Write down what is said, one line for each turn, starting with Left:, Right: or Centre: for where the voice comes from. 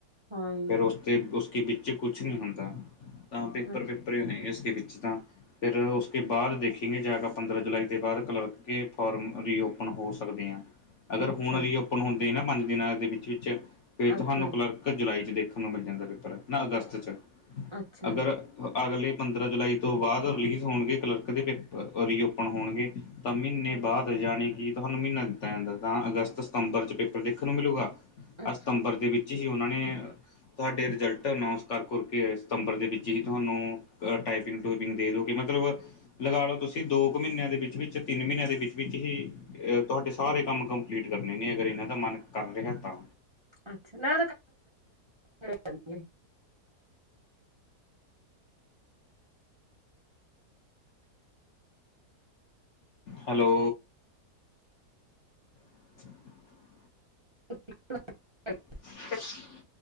Right: ਹਾਂਜੀ
Left: ਫੇਰ ਉਸ ਤੇ ਉਸ ਵਿੱਚ ਕੁਛ ਨੀ ਹੁੰਦਾ ਤਾਂ ਪੇਪਰ
Right: ਅੱਛਾ
Left: ਪੇਪਰ ਪੇਪਰ ਨਹੀ ੳਸ ਕੇ ਵਿਚ ਤਾ ਫਿਰ ਉਸ ਕੇ ਬਾਅਦ ਦੇਖ ਲਿਖੀਗੇ ਜਾ ਕੇ ਪੰਦਰਾਂ ਜੁਲਾਈ ਦੇ ਬਾਅਦ ਕਲਰਕ ਕੇ ਫੋਰਮ ਰੀਓਪਨ ਹੋ ਸਕਦੇ ਆ ਅਗਰ
Right: ਅੱਛਾ
Left: ਹੁਨ ਰੀਓਪਨ ਹੁੰਦੇ ਨਾ ਪੰਜ ਦਿਨਾਂ ਦੇ ਵਿੱਚ ਵਿੱਚ ਫਿਰ
Right: ਅੱਛਾ
Left: ਤੁਹਾਨੂੰ ਕਲਰਕ ਜੁਲਾਈ 'ਚ ਦੇਖਣ ਨੂੰ ਮਿਲ ਜਾਂਦਾ ਪੇਪਰ ਨਾ ਅਗਸਤ ਚ
Right: ਅੱਛਾ
Left: ਅਗਰ ਅਗਲੇ ਪੰਦਰਾਂ ਜੁਲਾਈ ਤੋਂ ਬਾਅਦ ਰਿਲੀਜ਼ ਹੋਨੇਗੇ ਕਲਰਕ ਦੇ ਪੇਪਰ ਰੀਓਪਨ ਹੋਨਗੇ ਤਾਂ ਮਹੀਨੇ
Right: ਹਮ
Left: ਬਾਅਦ ਯਾਣੀ ਕਿ ਤੁਹਾਨੂੰ ਮਹੀਨਾ ਦਿੱਤਾ ਜਾਂਦਾ ਤਾਂ ਅਗਸਤ ਸਤੰਬਰ ਚ ਪੇਪਰ ਦੇਖਨ ਨੂੰ ਮਿਲੂਗਾ।
Right: ਅੱਛਾ
Left: ਅਹ ਸਤੰਬਰ ਦੇ ਵਿੱਚ ਹੀ ਉਹਨਾਂ ਨੇ ਤੁਹਾਡੇ ਰਿਜ਼ਲਟ ਅਨਾਊਂਸ ਕਰ ਕੁਰ ਕੇ ਸਤੰਬਰ ਦੇ ਵਿੱਚ ਹੀ ਤੁਹਾਨੂੰ ਅ ਟਾਈਪਿੰਗ ਟੂਪਿੰਗ ਦੇ ਦੋਗੇ ਮਤਲਬ ਲਗਾ ਲਓ ਤੁਸੀਂ ਦੋ ਕੁ ਮਹੀਨਿਆਂ ਦੇ ਵਿੱਚ ਵਿੱਚ ਤਿੰਨ ਮਹੀਨਿਆਂ ਦੇ ਵਿੱਚ ਵਿੱਚ ਹੀ ਏ ਤੁਹਾਡੇ ਸਾਰੇ ਕੰਮ ਕੰਪਲੀਟ ਕਰਨੇ ਨੇ ਅਗਰ ਇਹਨਾਂ ਦਾ ਮਨ ਕਰ ਰਿਹਾ ਤਾਂ
Right: ਅੱਛਾ ਨਾ ਕੀ ਕਰੀਏ
Left: ਹੈਲੋ। <inaudible>
Right: <unintelligible>
Left: <unintelligible>